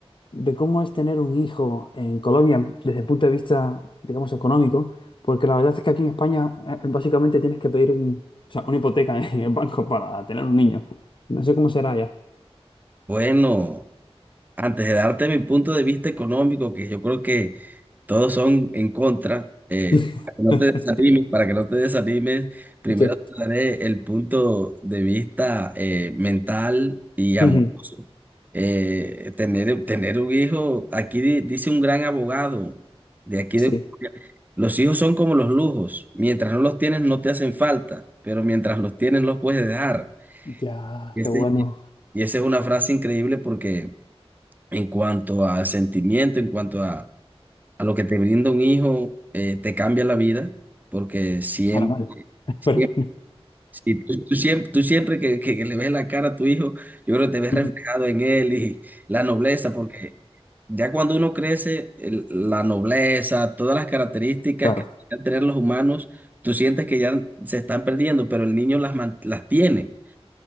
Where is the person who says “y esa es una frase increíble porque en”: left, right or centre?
Right